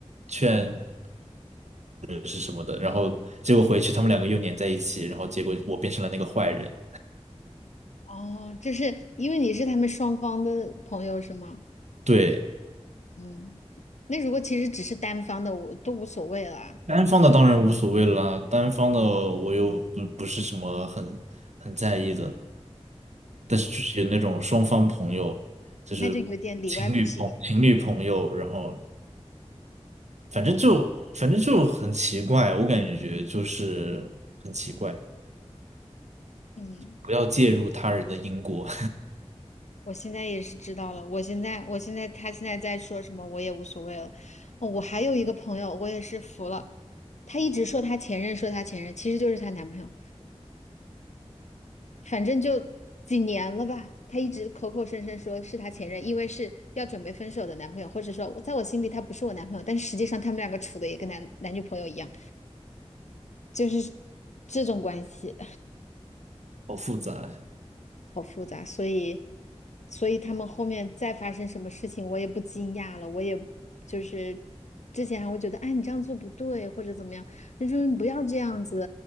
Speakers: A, on the right (about 80°); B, on the left (about 85°).
A: 劝。是什么的，然后结果回去他们两个又粘在一起，然后结果我变成了那个坏人。
B: 哦，就是因为你是他们双方的朋友是吗？
A: 对，
B: 嗯，那如果其实只是单方的，我都无所谓了啊
A: 单方的当然无所谓啦，单方的我又不不是什么很很在意的，但是就是有那种双方朋友，
B: 嗯，
A: 就是情侣朋情侣朋友，
B: 那就有点里外不是人。
A: 然后反正就反正就很奇怪，我感觉就是很奇怪，
B: 嗯，
A: 不要介入他人的因果，
B: 我现在也是知道了。我现在，我现在，他现在在说什么，我也无所谓了。哦，我还有一个朋友，我也是服了，她一直说她前任，说她前任，其实就是她男朋友。反正就几年了吧，他一直口口声声说是他前任，因为是要准备分手的男朋友，或者说我在我心里他不是我男朋友，但实际上他们两个处的也跟男男女朋友一样，就是这种关系，
A: <laughs> 好复杂呀。
B: 好复杂，所以所以他们后面再发生什么事情，我也不惊讶了，我也就是之前还会觉得，哎，你这样做不对，或者怎么样，那就是不要这样子，